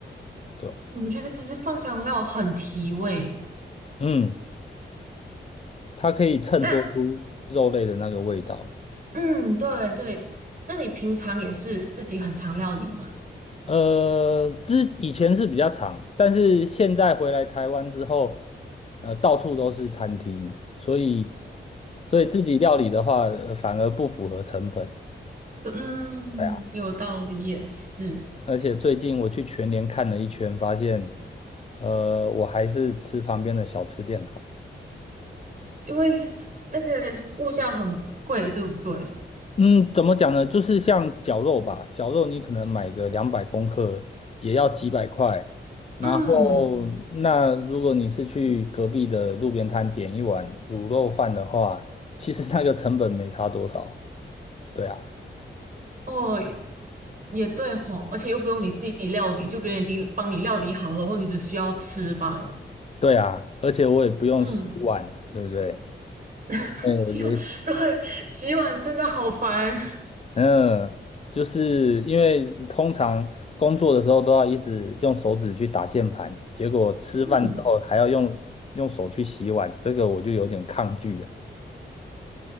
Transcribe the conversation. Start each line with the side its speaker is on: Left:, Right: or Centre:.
Left: 对吧？
Right: 我觉得其实放香料很提味。
Left: 嗯。它可以衬托出肉类的那个味道。
Right: 那，嗯，对对，那你平常也是自己很常料理吗？
Left: 呃，之以前是比较长，但是现在回来台湾之后，呃，到处都是餐厅，所以所以自己料理的话，呃反而不符合成本。
Right: 嗯，
Left: 对啊，
Right: 有道理，也是，
Left: 而且最近我去全联看了一圈，发现，呃，我还是吃旁边的小吃店好。
Right: 因为那个物价很贵，对不对？
Left: 嗯，怎么讲呢？就是像绞肉吧，绞肉你可能买个两百公克也要几百块，
Right: 嗯，
Left: 后，那如果你是去隔壁的路边摊点一碗卤肉饭的话，其实那个成本没差多少。对啊，
Right: 哦，也对吼，而且又不用你自己料理，就别人已经帮你料理好了，然后你只需要吃罢了。
Left: 对啊，而且我也不用洗碗，
Right: 嗯，
Left: 对不对？
Right: <laughs>
Left: 对，
Right: 洗碗，
Left: 我觉得，
Right: 对，洗碗真的好烦。
Left: 嗯，就是因为通常工作的时候都要一直用手指去打键盘，结果吃饭之后还要用用手去洗碗，
Right: 嗯
Left: 这个我就有点抗拒啊。